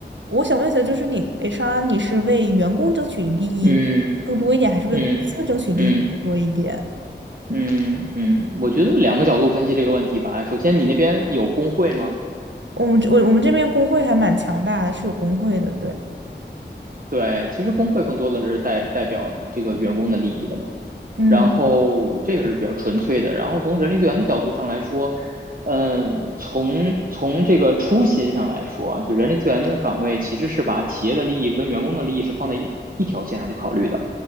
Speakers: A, on the right; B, on the right.
A: 我想问一下，就是你 HR 你是为员工争取利益更多一点，
B: 嗯
A: 还是为公司争取利益更多一点？
B: 嗯嗯嗯嗯，我觉得两个角度分析这个问题吧。首先，你那边有工会吗？
A: 我们这我我们这边工会还蛮强大的，是有工会的，对，
B: 对，其实工会更多的是代代表这个员工的利益的嘛。
A: 嗯。
B: 然后这个是比较纯粹的。然后从人力资源的角度上来说，嗯，从从这个初心上来说啊，就人力资源的岗位其实是把企业的利益跟员工的利益是放在一一条线上去考虑的，